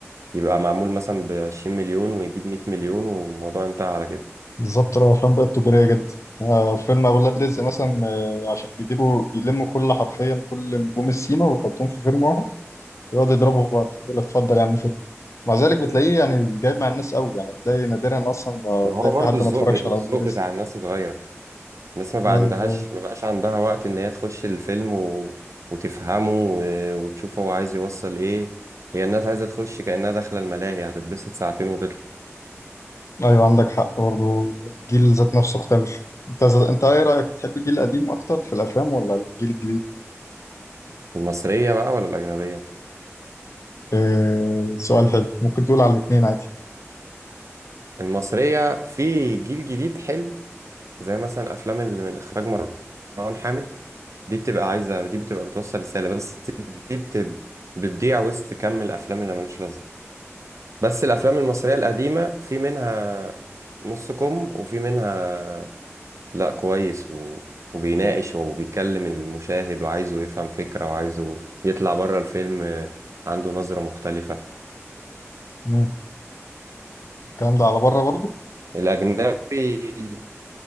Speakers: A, on the right (about 80°); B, on the left (about 75°).
A: يبقى معمول مثلا ب 20 مليون ويجيب 100 مليون والموضوع انتهى على كده
B: بالظبط لو افلام بقت تجارية جدا آه فيلم اولاد رزق مثلا آه عشان بيجيبوا بيلموا كل حرفيا كل نجوم السيما ويحطوهم في فيلم واحد ويقعدوا يضربوا في بعض يقول لك اتفضل يا عم فيلم مع ذلك بتلاقيه يعني جايب مع الناس قوي يعني بتلاقي نادرا اصلا ما
A: ما
B: بتلاقي
A: هو برضو
B: في حد
A: الذوق
B: ما اتفرجش
A: ب... الذوق
B: على اولاد رزق
A: بتاع الناس اتغير الناس ما بقى
B: ايوه
A: عندهاش ما بقاش عندها وقت ان هي تخش الفيلم و... وتفهمه و... وتشوف هو عايز يوصل ايه هي الناس عايزة تخش كأنها داخلة الملاهي هتتبسط ساعتين وتطلع
B: ايوه عندك حق برضه الجيل ذات نفسه اختلف انت انت ايه رايك بتحب الجيل القديم اكتر في الافلام ولا الجيل الجديد
A: المصرية بقى ولا الأجنبية
B: اه سؤال حلو ممكن تقول على الاثنين عادي
A: المصرية في جيل جديد حلو زي مثلا أفلام اللي من إخراج مروان حامد دي بتبقى عايزة دي بتبقى بتوصل رسالة بس دي بت... بتضيع وسط كم الأفلام اللي ملوش لازمة بس الأفلام المصرية القديمة في منها نص كم وفي منها لا كويس و... وبيناقش وبيكلم المشاهد وعايزه يفهم فكرة وعايزه يطلع بره الفيلم آه، عنده نظرة مختلفة
B: مم. الكلام ده على بره برضه
A: الأجنبي